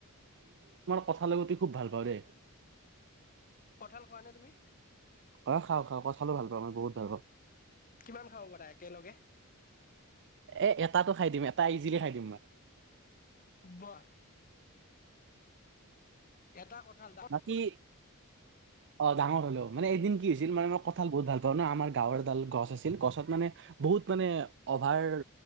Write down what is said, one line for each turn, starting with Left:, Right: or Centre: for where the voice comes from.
Right: কঠাল গুটি খুব ভাল পাওঁ দে।
Left: কঁঠাল খোৱা নে তুমি।
Right: হয় খাওঁ, খাওঁ, কঁঠালো ভাল পাওঁ, মই বহুত ভাল পাওঁ।
Left: কিমান খাব পাৰা একেলগে।
Right: এ এটাতটো খাই দিম এটা ইজিলি খাই দিম মই।
Left: বাৱ এটা কঁঠাল ডাঙৰ
Right: বাকী অ' ডাঙৰ হ'লেও মানে এদিন কি হৈছিল মানে, মই কঁঠাল বহুত ভাল পাওঁ ন আমাৰ গাঁৱৰ এডাল গছ আছিল গছত মানে বহুত মানে অভাৰ